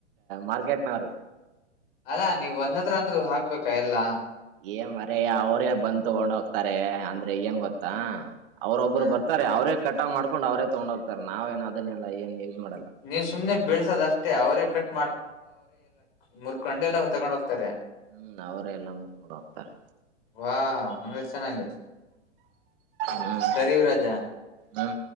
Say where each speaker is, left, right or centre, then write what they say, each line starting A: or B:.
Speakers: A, on the right (about 50°); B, on the left (about 55°).
A: ಮಾರ್ಕೆಟ್ ನವ್ರು
B: ಅಲ್ಲಾ ನೀವು ಹೊಸದಾದ್ರು ಯಾಕ್ಬೇಕ ಎಲ್ಲ
A: ಹೇ ಮಾರಾಯ ಅವ್ರೆ ಬಂದು ತಕೊಂಡು ಹೋಗ್ತಾರೆ ಅಂದ್ರೆ ಏನ್ ಗೊತ್ತ ಅವರೋಬ್ರು
B: ಹ
A: ಬರ್ತರೆ ಅವ್ರೆ ಕಾಟಪ್ ಮಾಡ್ಕೊಂಡು ಅವ್ರೆ ತಕೊಂಡ್ ಹೋಗ್ತಾರೆ ನಾವೇನ್ ಅದನ್ನೆಲ್ಲ ಏನ್ ಮಾಡಲ್ಲ
B: ನೀವ ಸುಮ್ನೆ ಬೇಳಸೋದ ಅಷ್ಟೇ ಅವರೇ ಕಟ್... <inaudible> ತ್ತಾರೆ
A: ಹ್ಮ್ ಅವ್ರೆ ಎಲ್ಲ ಮುಟ್ಕೊಂಡ್ ಹೋಗ್ತಾರೆ
B: ವಾವ್ ತುಂಬಾ ಚೆನ್ನಾಗಿದೆ
A: ಹ್ಮ್
B: ಸರಿ ಯುವರಾಜ
A: ಹ್ಮ್